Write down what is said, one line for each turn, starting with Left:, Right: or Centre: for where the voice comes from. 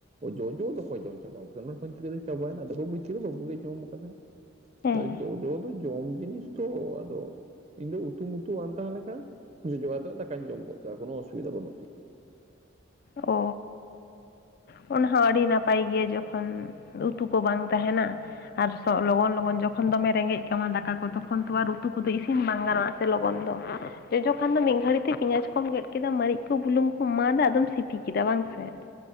Right: ᱡᱚᱡᱚ ᱫᱚ ᱡᱚᱢ ᱪᱟᱵᱟ ᱠᱮᱫ ᱪᱟᱹ ᱪᱟᱵᱟᱭᱮᱱᱟ ᱟᱫᱚ ᱠᱚ ᱵᱩᱡ ᱠᱮᱫᱟ ᱵᱟᱹᱵᱩ ᱜᱮ ᱡᱚᱢᱫᱟᱭ
Left: ᱦᱮᱸ
Right: ᱟᱫᱚ ᱡᱚᱡᱚ ᱫᱚ ᱡᱚᱢ ᱡᱤᱱᱤᱥ ᱛᱚ ᱟᱫᱚ ᱤᱧ ᱫᱚ ᱩᱛᱩ ᱢᱛᱩ ᱵᱟᱝ ᱛᱟᱦᱮᱸ ᱞᱮᱠᱟ ᱡᱚᱡᱚᱜ ᱠᱟᱛᱮ ᱫᱟᱠᱟᱧᱚᱢ ᱠᱚᱜ ᱠᱚᱣᱟ ᱠᱚᱱᱳ ᱚᱥᱩᱵᱤᱫᱟ ᱵᱟᱹᱱᱩᱜᱤᱧᱟ ᱾
Left: ᱚ ᱾ ᱚᱱᱟ ᱦᱚᱸ ᱟᱰᱤ ᱱᱟᱯ ᱱᱟᱯᱟᱭ ᱜᱮᱭᱟ ᱡᱚᱠᱷᱚᱱ ᱩᱛᱩ ᱠᱚ ᱵᱟᱝ ᱛᱟᱦᱮᱱᱟ ᱟᱨ ᱞᱚᱜᱚᱱ ᱞᱚᱜᱚᱱ ᱡᱚᱠᱷᱚᱱ ᱫᱚᱢᱮ ᱨᱮᱸᱜᱮᱡ ᱠᱟᱢᱟ ᱫᱟᱠᱟ ᱠᱚ ᱛᱚᱠᱷᱚᱱ ᱛᱚ ᱟᱨ ᱩᱛᱩ ᱠᱚᱫᱚ ᱤᱥᱤᱱ ᱵᱟᱝ ᱜᱟᱱᱚᱜᱼᱟ ᱾ ᱞᱚᱜᱚᱱ ᱫᱚ ᱡᱚᱡᱚ ᱠᱷᱟᱱ ᱫᱚ ᱢᱤᱫ ᱜᱷᱟᱹᱲᱤ ᱛᱮ ᱯᱮᱸᱭᱟᱡ ᱠᱚᱢ ᱜᱮᱫ ᱠᱮᱫᱟ ᱢᱟᱨᱤ ᱠᱚ ᱵᱩᱞᱩ ᱠᱚᱢ ᱮᱢᱟᱫᱟ ᱟᱫᱚᱢ ᱥᱤᱯᱤ ᱠᱮ ᱠᱮᱫᱟᱜ ᱵᱟᱝ ᱥᱮ ᱾